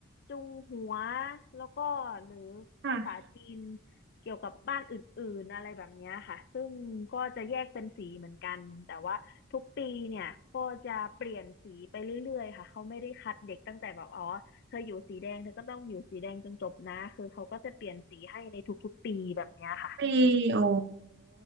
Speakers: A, on the left; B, on the right.
A: จุงหัวแล้วก็หรือภาษาจีน
B: ค่ะ
A: เกี่ยวกับบ้านอื่นๆอะไรแบบเนี้ยค่ะซึ่งก็จะแยกเป็นสีเหมือนกัน แต่ว่าทุกปีเนี่ยก็จะเปลี่ยนสีไปเรื่อยๆค่ะ เขาไม่ได้คัดเด็กตั้งแต่แบบอ๋อ เธออยู่สีแดงเธอก็ต้องอยู่สีแดงจนจบนะ คือเขาก็จะเปลี่ยนสีให้ในทุกๆปีแบบเนี้ยค่ะ
B: ปีโอ้